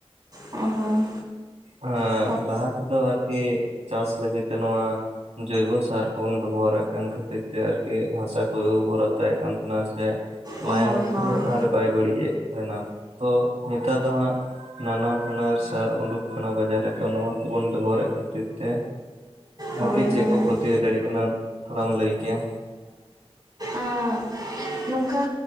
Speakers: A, on the right (about 40°); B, on the right (about 80°).
A: ᱚ ᱦᱚᱸ᱾
B: ᱦᱮᱸ
A: ᱦᱳᱭ ᱦᱳᱭ ᱟᱫᱚ ᱟᱨᱠᱤ ᱪᱟᱥ ᱠᱟᱹᱢᱤ ᱠᱚᱢᱟ ᱡᱚᱭᱵᱚ ᱥᱟᱨ ᱵᱚᱱ ᱵᱮᱵᱚᱦᱟᱨᱮᱫ ᱠᱟᱱᱟ ᱡᱮ ᱟᱨᱠᱤ ᱦᱟᱥᱟ ᱠᱚ
B: ᱞᱟᱦᱟ ᱛᱮᱫᱚ ᱟᱨᱠᱤ ᱪᱟᱥ ᱞᱟᱹᱜᱤᱫ ᱛᱮ ᱱᱚᱣᱟ ᱡᱚᱭᱵᱚ ᱥᱟᱨ ᱠᱚᱵᱚᱱ ᱵᱮᱵᱚᱦᱟᱨᱮᱫ ᱠᱟᱱ ᱠᱷᱟᱹᱛᱤᱨ ᱛᱮ ᱟᱨᱠᱤ ᱦᱟᱥ ᱠᱚᱭ ᱩᱨᱵᱚᱨᱚᱛᱟᱭᱮᱫ ᱠᱟᱱ ᱛᱟᱦᱮᱱᱟ ᱥᱮ
A: ᱦᱳᱭ
B: ᱞᱟᱭᱚᱝ
A: ᱦᱳᱭ
B: ᱠᱚ ᱟᱨ ᱵᱟᱭ ᱵᱟᱹᱲᱤᱡ ᱮᱫ ᱛᱟᱦᱱᱟ ᱛᱚ ᱱᱮᱛᱟᱨ ᱫᱚ ᱦᱟᱸᱜ ᱱᱟᱱᱟ ᱦᱩᱱᱟᱹᱨ ᱥᱟᱨ ᱩᱰᱩᱠ ᱠᱟᱱᱟ ᱵᱟᱡᱟᱨ ᱨᱮᱛᱚ ᱱᱚᱣᱟ ᱠᱚᱵᱚᱱ ᱵᱮᱵᱚᱦᱟᱨᱮᱫ ᱠᱷᱟᱹᱛᱤᱨ ᱛᱮ
A: ᱦᱳᱭ
B: ᱟᱨᱠᱤ
A: ᱦᱳᱭ
B: ᱪᱮᱫ ᱠᱚ ᱠᱚᱛᱤ ᱦᱩᱭ ᱫᱟᱲᱮᱜ ᱠᱟᱱᱟ ᱛᱷᱚᱲᱟᱢ ᱞᱟᱹᱭ ᱠᱮᱭᱟ?
A: ᱚ ᱱᱚᱝᱠᱟ